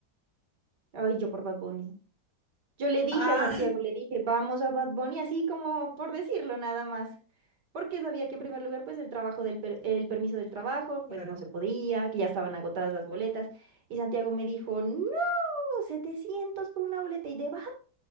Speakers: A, on the right; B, on the left.
A: Ay, yo por Bad Bunny. Yo le dije
B: Ah,
A: a Santiago,
B: <laughs>
A: le dije, vamos a Bad Bunny, así como por decirlo nada más. Porque sabía que en primer lugar, pues el trabajo del per- el permiso del trabajo,
B: claro.
A: pues no se podía, que ya estaban agotadas las boletas. Y Santiago me dijo, no. setecientos por una boleta y de Bad